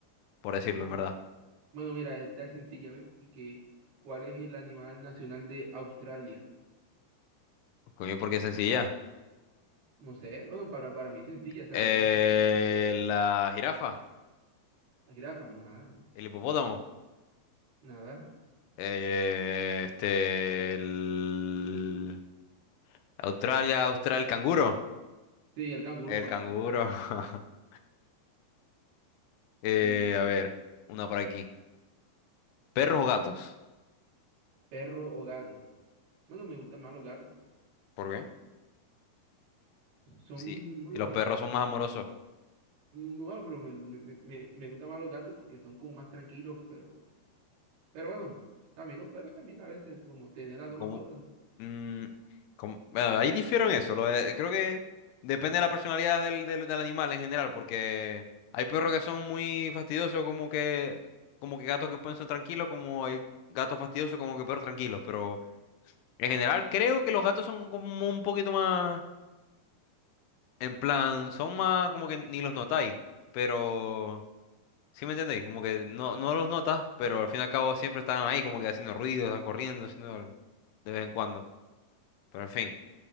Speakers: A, on the left; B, on the right.
A: por decirlo, en verdad.
B: Bueno, mira, esta es sencilla, ¿ves? Y que, ¿cuál es el animal nacional de Australia?
A: Coño, Porque es sencilla.
B: No sé, bueno, para, para mí sencilla, ¿sabes?
A: Eh,
B: Uno siempre ve
A: la jirafa,
B: la jirafa, no, nada, no,
A: el hipopótamo,
B: nada.
A: eh, este, el Australia, Austral, el canguro,
B: Sí, el canguro,
A: el
B: claro.
A: canguro. <laughs> Eh,
B: Mm,
A: a ver, una por aquí. ¿Perros o gatos?
B: perro o gato. Bueno, me gustan más los gatos.
A: ¿Por qué?
B: Eh, Son,
A: Sí,
B: bueno,
A: si los perros son
B: más,
A: más amorosos.
B: bueno pero me, me, me, me gustan más los gatos porque son como más tranquilos, pero, pero bueno, también los perros también a veces, como tener las dos
A: ¿Cómo?
B: mascotas, ¿no?
A: Mm, com- bueno, ahí difiero en eso. Lo de- creo que depende de la personalidad del, del- del animal en general, porque hay perros que son muy fastidiosos, como que, como que gatos que pueden ser tranquilos, como hay gatos fastidiosos, como que perros tranquilos. Pero en general creo que los gatos son como un poquito más, en plan, son más como que ni los notáis, pero... ¿Sí me entendéis? Como que no, no los notas, pero al fin y al cabo siempre están ahí como que haciendo ruido, están corriendo, haciendo algo, de vez en cuando. Pero en fin.